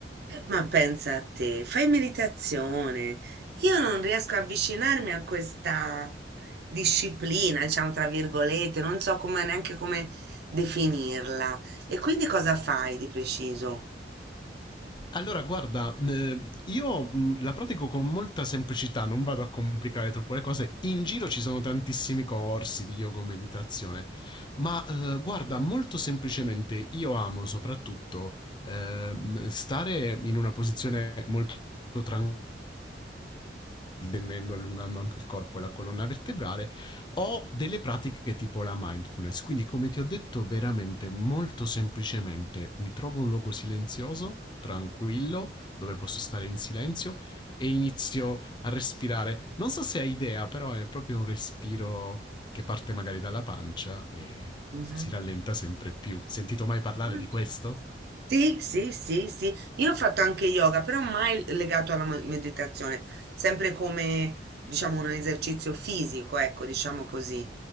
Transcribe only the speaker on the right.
Ma pensa a te, fai meditazione. Io non riesco a avvicinarmi a questa disciplina, diciamo tra virgolette, non so come- neanche come definirla. E quindi cosa fai di preciso?
Mhm.
Mh.
Sì, sì, sì, sì. Io ho fatto anche yoga, però mai l legato alla mo meditazione, sempre come, diciamo, un esercizio fisico, ecco, diciamo così.